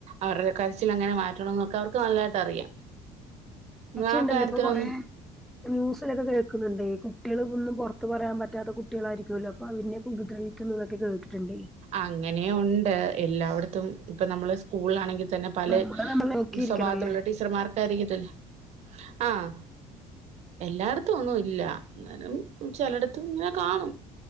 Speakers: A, on the right; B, in the centre.
A: അവര്ടെ കരച്ചിലങ്ങനെ മാറ്റണോന്നൊക്കെ അവർക്ക് നല്ലായിട്ട് അറിയാം. മ്മളാ
B: പക്ഷെ ഉണ്ടല്ലോ
A: കാര്യത്തിലൊന്നും
B: ഇപ്പൊ കൊറേ ന്യൂസിലൊക്കെ കേക്കുന്നുണ്ടേ ഈ കുട്ട്യോള് ഒന്നും പൊറത്ത് പറയാൻ പറ്റാത്ത കുട്ട്യോളായിരിക്കൂല്ലോ അപ്പൊ അവരിന്യൊക്കെ ഉപദ്രവിക്കുന്നൊള്ളതൊക്കെ കേട്ടിട്ടിണ്ടേ.
A: അങ്ങനേയൊണ്ട് എല്ലാവടത്തും ഇപ്പ നമ്മള് സ്കൂളിലാണെങ്കെ തന്നെ പല
B: നമ്മള് നമ്മളെ നോക്കിയിരിക്കണല്ലേ
A: സ്വഭാവത്തിലെള്ള ടീച്ചർമ്മാർക്കായിരിക്കത്തില്ലെ ആഹ് എല്ലാടത്തും ഒന്നുവില്ല എന്നാലും ചെലടത്ത് ഇങ്ങനെ കാണും.